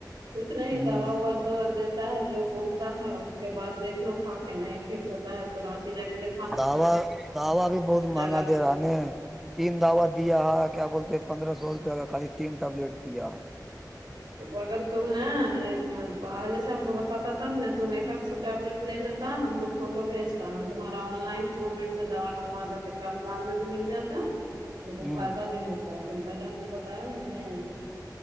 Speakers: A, on the right (about 85°); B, in the centre.
A: کچھ نہیں
B: ہ
A: دوا ہوا دیتا ہے جو بولتا ہے اس کے بعد دیکھ لو کھا کے نہیں ٹھیک ہوتا ہے تورانچی جا کے د
B: دوا دوا بھی بہت مہنگا
A: گا
B: دے رہا نے تین دوا دیا ہے کیا بولتے ہیں پندرہ سو روپیہ کا خالی تین ٹیبلیٹ دیا
A: تو اگل تم نے پہلے سے ہم کو بتاتا تھا تم ایک آھ کو ٹیبلیٹ لے لیتا ہم کو فوٹو بھیجتا ہم تمہارا آن لائن تھرو منٹ سے دوا منگوا دیتے کم دام میں بھی مل جاتا ان کو
B: ہے
A: فائدہ
B: ہ
A: بھی ہوتا ہے تم پہلے ہم کو بتایا نہیں میں